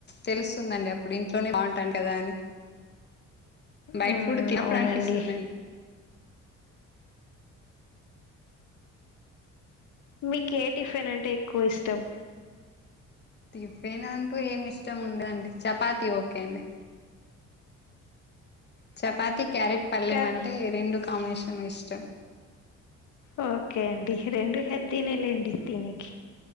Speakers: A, on the left; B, on the left.
A: తెలుస్తుందండి అప్పుడు ఇంట్లోనే బాగుంటాంటదని బైట
B: మ్మ్
A: ఫుడ్ తిన్నప్పుడు
B: అవునండి
A: అనిపిస్తుందండి
B: మికే టిఫిన్ అంటే ఎక్కువ ఇష్టం
A: టిఫిన్ అంటూ ఏం ఇష్టం ఉండదండి చపాతి ఓకే అండి చపాతి క్యారెట్ పల్లెం
B: కర్రీ
A: అంటే రెండు కాంబినేషన్ లో ఇష్టం
B: ఓకే అండి రెండు హెల్తీనే లేండి తినేకి